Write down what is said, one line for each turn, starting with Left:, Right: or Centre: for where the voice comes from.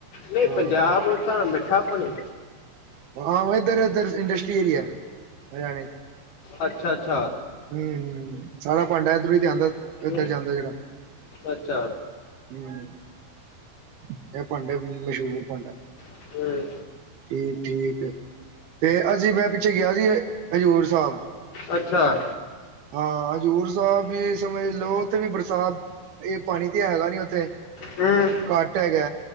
Left: ਨਹੀਂ
Right: ਹਾਂ
Left: ਪੰਜਾਬ ਤਾਂ ਮਿੱਠਾ ਪਾਣੀ
Right: ਆਹੋ ਇਧਰ ਇਧਰ ਇੰਡਸਟਰੀ ਏਰੀਆ ਹਰਿਆਣੇ ਚ
Left: ਅੱਛਾ-ਅੱਛਾ।
Right: ਹੁੰ, ਸਾਰਾ ਭਾਂਡਾ ਇੱਧਰੋਂ ਹੀ ਤੇ ਆਂਦਾ
Left: ਹੂੰ,
Right: ਇੱਧਰ ਜਾਂਦਾ ਜਿਹੜਾ।
Left: ਅੱਛਾ।
Right: ਹੁੰ। ਇਹ ਭਾੰਡਾ ਮਸ਼ਹੂਰ ਭਾੰਡਾ।
Left: ਹੂੰ,
Right: ਠੀਕ ਠੀਕ ਤੇ ਅਸੀਂ ਮੈਂ ਪਿੱਛੇ ਗਿਆ ਸੀ ਹਜ਼ੂਰ ਸਾਹਿਬ
Left: ਅੱਛਾ।
Right: ਹਾਂ, ਹਜ਼ੂਰ ਸਾਹਿਬ ਵੀ ਸਮਝ ਲੋ ਉੱਥੇ ਵੀ ਬਰਸਾਤ ਇਹ ਪਾਣੀ ਤੇ ਹੈਗਾ ਨੀ ਉੱਥੇ
Left: ਹੂੰ
Right: ਘੱਟ ਹੈਗਾ